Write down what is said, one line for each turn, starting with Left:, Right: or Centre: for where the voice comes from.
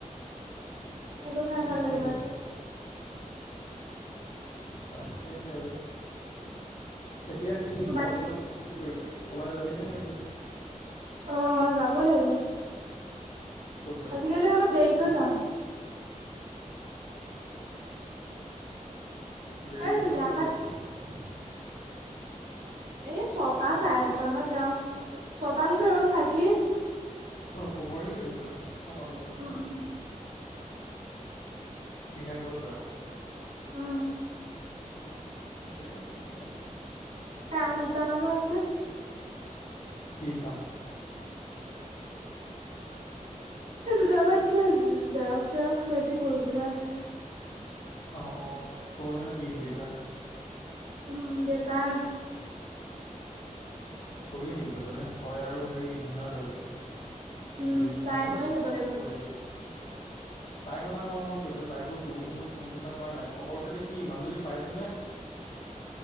Right: সেইটো খাই
Left: কি
Right: ভাল
Left: কব
Right: লাগে
Left: আৰু
Right: বাৰু
Left: তাকে হে এতিয়া কি
Right: বাক
Left: অলপ পিছত কি কৰিবি ওলাই যাবি নে নেকি
Right: অ যাব লাগিব
Left: ক'ত যাবি
Right: আজিকালি অলপ দেৰিকৈ যাওঁ
Left: দেৰিকে
Right: এই পিঠা
Left: মানে কিমান
Right: খোৱাত
Left: দেৰিকে
Right: এ ছটা চাৰে ছটা মানত যাওঁ ছটালৈকে ৰ'দ থাকি
Left: পোহৰি থাকিবঁ ছটা বজালৈকে
Right: উম
Left: পিঠা খুৱাল য
Right: আহ
Left: অ ঠিকে আছে তেতিয়াহ'লে
Right: কাম দুটা মানুহ আছে
Left: কি আাম
Right: দুট বাত কিবা জৰক চৰক চাবি কৰিবলৈ আছে
Left: অঁ অঁ তোৰ নে কিডউ তাৰ
Right: উম বটাৰ
Left: কৰিয়ে নিবি কটনে তই আৰু হেৰি ধূনা যাবি
Right: উম
Left: দুয়োজনী
Right: তাই
Left: গৈ
Right: ময়ে যাব লাগিব
Left: কৰি আ নিবি তাইৰ কথা ক মন পৰিছ তাইকো বহুত দিনত ফোন ফুোনন্দটা কৰা নাই খবৰ খাতি কি মানুহজনী পাইছনেে উ